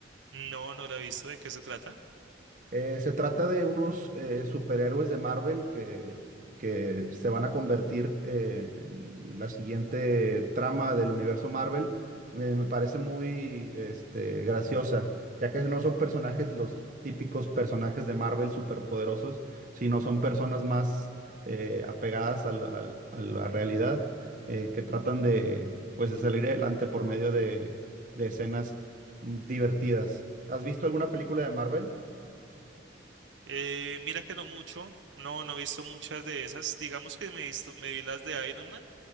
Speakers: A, on the right (about 85°); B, on the right (about 45°).
A: No, no la he visto, ¿de qué se trata?
B: Eh, se trata de unos eh, superhéroes de Marvel que, que se van a convertir eh, en la siguiente trama del universo Marvel. Me, me parece muy este, graciosa, ya que no son personajes los típicos personajes de Marvel superpoderosos, sino son personas más eh, apegadas al- al- a la realidad, eh, que tratan de, pues, de salir adelante por medio de, de escenas mm, divertidas. ¿Has visto alguna película de Marvel?
A: Eh, mira que no mucho, no, no he visto muchas de esas. Digamos que me he visto, me vi las de Iron Man,